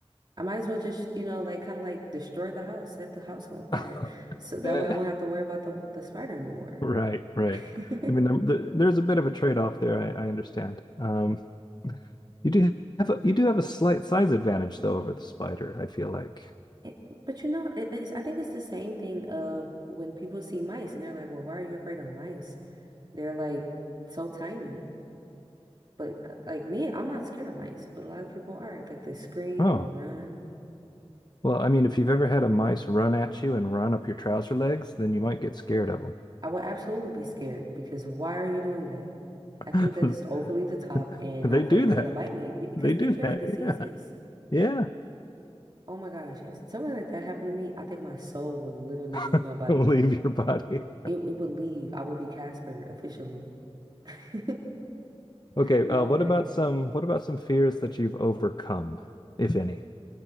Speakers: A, on the right; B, on the left.
A: I might as well just, you know, like kind of like destroy the house, set the house on fire,
B: <laughs>
A: so that
B: Eh,
A: way I won't have to worry about the the spider anymore.
B: Right, right.
A: <laughs>
B: I mean, there, there- there's a bit of a trade-off there. I, I understand. Um, you do have a, you do have a slight size advantage though over the spider. I feel like.
A: It- But you know, it is, I think it's the same thing of when people see mice and they're like, "Well, why are you afraid of mice? They're like so tiny." But uh, like me, I'm not scared of mice, but a lot of people are. Like they scream
B: Oh,
A: or run.
B: well, I mean, if you've ever had a mice run at you and run up your trouser legs, then you might get scared of
A: I would absolutely be scared because why are you doing that? I think
B: them.
A: that is overly
B: <laughs>
A: the top, and
B: They
A: I feel
B: do
A: like they're
B: that.
A: gonna bite me be- because
B: They do
A: they carry
B: that.
A: diseases.
B: Yeah, yeah.
A: Oh my gosh, if something like that happened to me, I think my soul would literally leave
B: <laughs>
A: my body.
B: Leave your body.
A: It, it would leave. I would be Casper officially. <laughs>
B: Okay,
A: No
B: uh, what
A: way.
B: about some what about some fears that you've overcome, if any?